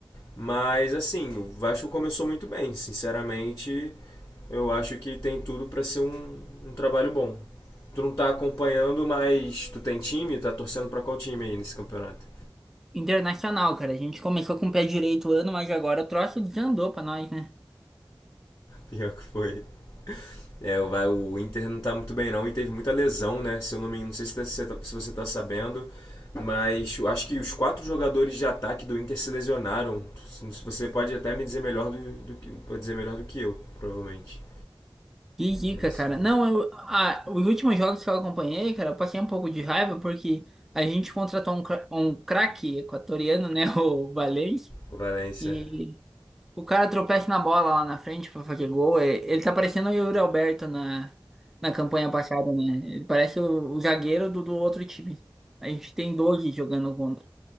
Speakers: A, on the left; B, in the centre.
A: Mas assim, o Vasco começou muito bem, sinceramente, eu acho que tem tudo para ser um, um trabalho bom. Tu não tá acompanhando, mas tu tem time, tá torcendo para qual time aí nesse campeonato?
B: Internacional, cara. A gente começou com o pé direito o ano, mas agora o troço desandou pra nós, né?
A: Pior que foi. É, o, o Inter não tá muito bem não e teve muita lesão, né? Se eu não me, não sei se, tá- se tá- você tá sabendo, mas eu acho que os quatro jogadores de ataque do Inter se lesionaram. Se- Você pode até me dizer melhor do, do que pode dizer melhor do que eu, provavelmente.
B: Que dica,
A: Eu não sei.
B: cara. Não, eu, ah, os últimos jogos que eu acompanhei, cara, eu passei um pouco de raiva porque a gente contratou um, cra- um craque equatoriano, né, <laughs> o Valencia,
A: O Valencia
B: e o cara tropeça na bola lá na frente pra fazer gol. E- Ele tá parecendo o Yuri Alberto na, na campanha passada, né? Ele parece o, o zagueiro do, do outro time. A gente tem 12 jogando contra.